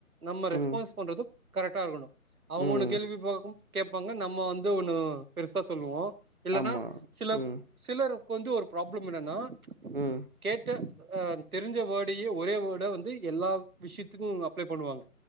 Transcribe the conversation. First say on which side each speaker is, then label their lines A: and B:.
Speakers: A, on the right; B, on the right.
A: நம்ம ரெஸ்பான்ஸ்
B: ம்
A: பண்றது கரெக்டா இருக்கணு அவுங்க
B: ம்
A: ஒன்னு கேள்வி பாக்கு கேப்பாங்க நம்ம வந்து ஒண்ணு பெருசா சொல்லுவோ இல்லன்னா
B: ஆமா
A: சில
B: ம்
A: சிலர்க்கு வந்து ஒரு ப்ராப்ளம் என்னன்னா
B: ம்
A: கேட்ட அ தெரிஞ்ச வேர்ட்யே ஒரே வேர்டா வந்து எல்லா விஷயத்துக்கு அப்ளே பண்ணுவாங்க